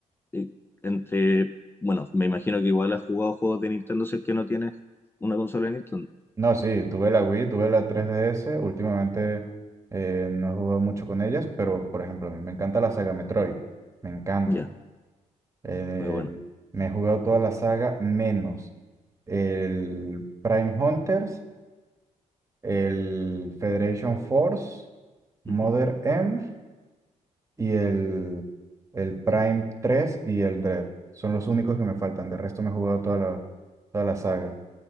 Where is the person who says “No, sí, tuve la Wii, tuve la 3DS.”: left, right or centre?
Right